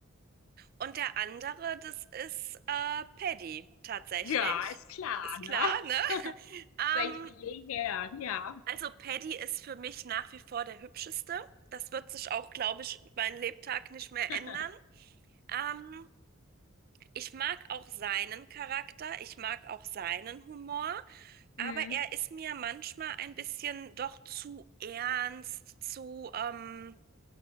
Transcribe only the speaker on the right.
Und der andere, das ist äh, Paddy tatsächlich.
Ist
klar, ne?
Ähm,
Also Paddy ist für mich nach wie vor der hübscheste. Das wird sich auch, glaube ich, mein Lebtag nicht mehr
ändern. Ähm, ich mag auch seinen Charakter, ich mag auch seinen Humor, aber
er ist mir manchmal ein bisschen doch zu ernst, zu, ähm,